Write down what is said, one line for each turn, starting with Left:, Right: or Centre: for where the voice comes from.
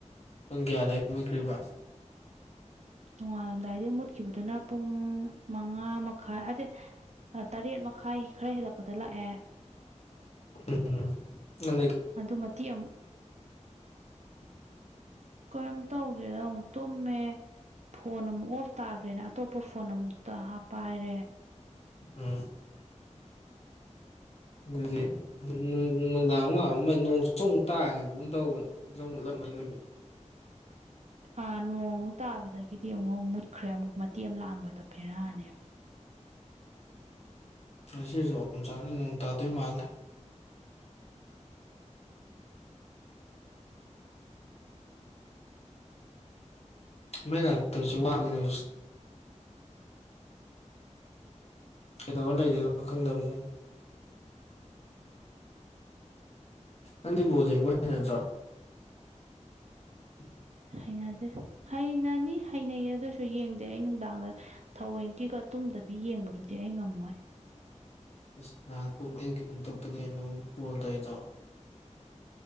Left: ꯄꯨꯡ ꯀꯌꯥꯗ ꯌꯕꯤꯈ꯭ꯔꯤꯕ
Right: ꯅꯣꯡꯉꯥꯜꯂꯝꯗꯥꯏꯗ ꯃꯨꯠꯈꯤꯕꯗꯨꯅ ꯄꯨꯡ ꯃꯉꯥ ꯃꯈꯥꯏ ꯑꯗꯩ ꯇꯔꯦꯠ ꯃꯈꯥꯏ ꯈꯔ ꯍꯦꯜꯂꯛꯄꯗ ꯂꯥꯛꯑꯦ
Left: ꯎꯝꯝ ꯅ
Right: ꯑꯗꯨꯗ ꯃꯇꯤ ꯑꯃ
Left: <inaudible>
Right: ꯀꯔꯤꯝ ꯇꯧꯗꯦꯗ ꯑꯃꯨꯛ ꯇꯨꯝꯃꯦ ꯐꯣꯟ ꯑꯃꯨꯛ ꯑꯣꯐ ꯇꯥꯈ꯭ꯔꯦꯅ ꯑꯇꯣꯞꯄ ꯐꯣꯟ ꯑꯃꯨꯛꯇ ꯍꯥꯞꯄꯥꯏꯔꯦ
Left: ꯎꯝ ꯑꯗꯨꯗꯤ ꯅꯨꯡꯗꯥꯡꯃꯨꯛ ꯂꯥꯛꯑ ꯅꯣꯡ ꯁꯨꯛ ꯇꯥꯈꯤꯕꯒꯨꯝ ꯇꯧꯕꯅꯦ ꯃꯨꯠꯂꯝꯃꯅ
Right: ꯑꯥ ꯅꯣꯡꯃꯨꯛ ꯇꯥꯕꯗꯒꯤꯗꯤ ꯑꯃꯨꯛ ꯃꯨꯠꯈ꯭ꯔꯦ ꯑꯃꯨꯛ ꯃꯇꯦꯛ ꯑꯃ ꯂꯥꯛꯑꯝꯕꯗꯣ ꯄꯦꯔꯥꯅꯦꯕ
Left: ꯉꯁꯤꯁꯨ ꯑꯍꯝ ꯆꯥꯅꯩ ꯅꯣꯡ ꯇꯥꯗꯣꯏ ꯃꯥꯂꯦ ꯃꯩ ꯂꯥꯛ ꯇꯁꯨ ꯋꯥꯅ ꯀꯩꯗꯧ ꯂꯩꯗꯦꯅ ꯈꯪꯗꯕꯅꯦ ꯑꯗꯨꯗꯤ ꯣꯜ ꯌꯦꯡꯕ ꯍꯥꯏ ꯅꯠꯇ꯭ꯔꯣ <inaudible>
Right: ꯍꯩꯅꯗꯦ ꯍꯩꯅꯅꯤ ꯍꯩꯅꯩꯌꯦ ꯑꯗꯨꯁꯨ ꯌꯦꯡꯗꯦ ꯑꯩ ꯅꯨꯡꯗꯥꯡꯗ ꯊꯋꯡꯒꯤꯒ ꯇꯨꯝꯗꯕꯤ ꯌꯦꯡꯕꯗꯨꯗꯤ ꯑꯩ ꯉꯝꯃꯣꯏ
Left: ꯏꯁ ꯅꯍꯥꯟ ꯄꯨꯡ ꯑꯌꯨꯛꯀꯤ ꯄꯨꯡ ꯇꯔꯨꯛꯇꯅꯦꯅ ꯑꯗꯨꯨ ꯄꯣꯜꯗꯧꯣꯏꯗꯣ